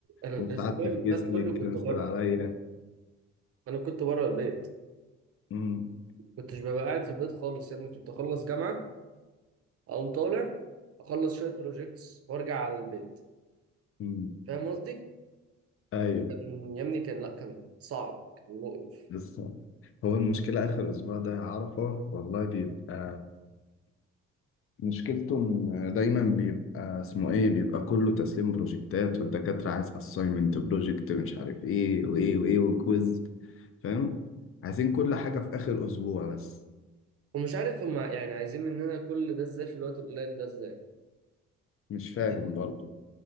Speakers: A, on the right; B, on the left.
A: انا الاسبوع
B: وساعات تفكيس
A: اللي فات كله
B: ليك
A: كنت
B: كنسل
A: بره
B: عليا
A: انا كنت بره البيت
B: أمم.
A: كنتش ببقى قاعد في البيت خالص يا ابني كنت اخلص جامعه اقوم طالع اخلص شويه بروجيكتس وارجع على البيت
B: أمم.
A: فاهم قصدي
B: ايوه
A: كان يا ابني كان لا كان صعب كان مقرف
B: بس هو المشكله اخر اسبوع ده يا عرفه والله بيبقى مشكلته إن دايما بيبقى اسمه ايه بيبقى كله تسليم بروجكتات والدكاترة عايز اساينمنت بروجكت مش عارف ايه وايه وايه وكويز فاهم عايزين كل حاجة في اخر اسبوع بس
A: ومش عارف هما يعني عايزين مننا كل ده ازاي في الوقت القليل ده ازاي
B: مش فاهم
A: فاهم
B: برضو